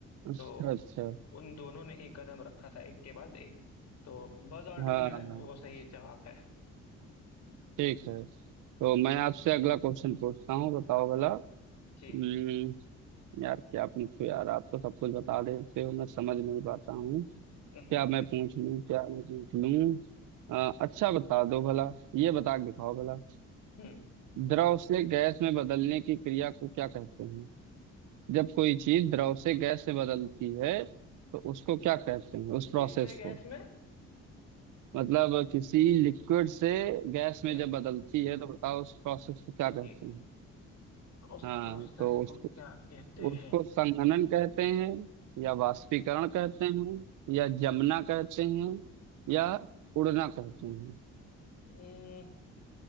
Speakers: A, on the right; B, on the left.
A: अच्छा
B: तो
A: अच्छा
B: उन दोनों ने ही कदम रखा था एक के बाद एक तो बज ऑल्ड्रिन
A: हाँ
B: जो है
A: हाँ हाँ।
B: वो सही जवाब है
A: ठीक है तो मैं आपसे अगला क्वेश्चन पूछता हूँ बताओ भला हम्म,
B: जी
A: यार क्या पूछूं यार आप तो सब कुछ बता देते हो मैं समझ नहीं पाता हूँ
B: हम्म
A: क्या मैं
B: हम्म
A: पूछ लूँ क्या मैं पूछ लूँ अ, अच्छा बता दो भला ये बता के दिखाओ भला
B: हम्म।
A: द्रव से गैस में बदलने की क्रिया को क्या कहते हैं जब कोई चीज द्रव से गैस में बदलती है तो उसको क्या कहते हैं उस प्रोसेस
B: किससे गैस
A: को
B: में
A: मतलब किसी लिक्विड से गैस में
B: गैस
A: जब बदलती है तो बताओ उस प्रोसेस को क्या
B: ठीक
A: कहते हैं
B: उस
A: हाँ
B: प्रोसेस
A: तो उसको
B: को क्या कहते
A: उसको
B: हैं
A: संघनन कहते हैं या वाष्पीकरण कहते हैं या जमना कहते हैं या उड़ना कहते हैं
B: हम्म